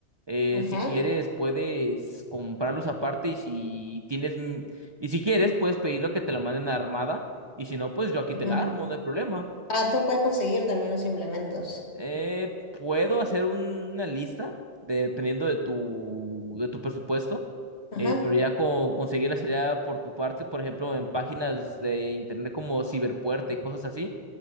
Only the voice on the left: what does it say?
Ajá,
ajá.
Ah, tú puedes conseguir también los implementos.
Ajá,